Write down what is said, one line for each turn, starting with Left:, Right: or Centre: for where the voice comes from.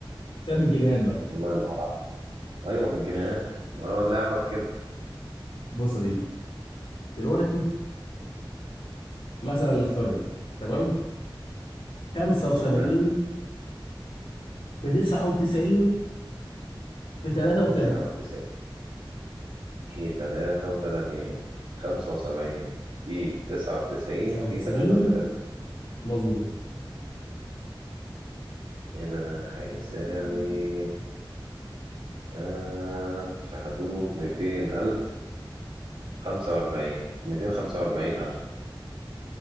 Left: حساب الجنيهات بقى
Right: الله ينور عليك. أيوه بالجنيه أه اللعبة في كده
Left: بص يا سيدي دلوقتي مثلا نفترض تمام 75
Right: تمام
Left: في 99 في 33
Right: 99 في 33 75 في 99
Left: 99
Right: في 33
Left: مظبوط
Right: هنا هيساوي آه في حدود ميتين ألف خمسة وأربعين ميتين خمسة وأربعين ألف